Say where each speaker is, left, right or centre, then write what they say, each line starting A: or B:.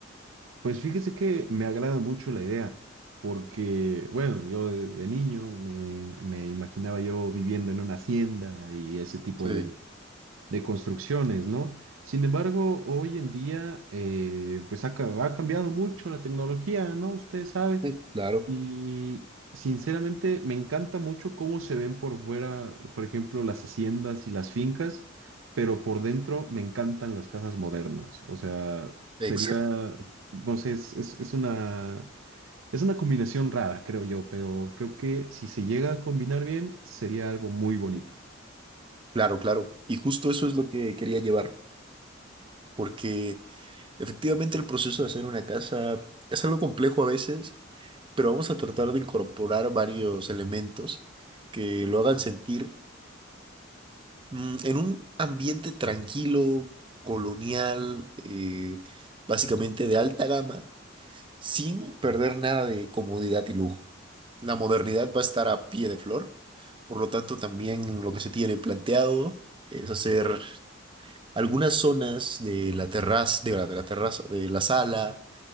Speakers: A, on the right; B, on the right.
A: Pues fíjese que me agrada mucho la idea, porque, bueno, yo de, de niño me, me imaginaba yo viviendo en una hacienda y ese tipo
B: Sí,
A: de, de construcciones, ¿no? Sin embargo, hoy en día, eh, pues ha, ca- ha cambiado mucho la tecnología, ¿no? Usted sabe.
B: Sí, claro.
A: Y sinceramente me encanta mucho cómo se ven por fuera, por ejemplo, las haciendas y las fincas, pero por dentro me encantan las casas modernas. O sea,
B: exacto.
A: sería, no sé, es, es- es una, es una combinación rara, creo yo, pero creo que si se llega a combinar bien, sería algo muy bonito.
B: Claro, claro. Y justo eso es lo que quería llevar, porque Efectivamente, el proceso de hacer una casa es algo complejo a veces, pero vamos a tratar de incorporar varios elementos que lo hagan sentir mm, en un ambiente tranquilo, colonial, eh, básicamente de alta gama, sin perder nada de comodidad y lujo. La modernidad va a estar a pie de flor, por lo tanto también lo que se tiene planteado es hacer algunas zonas de la terraza, de la de la terraza, de la sala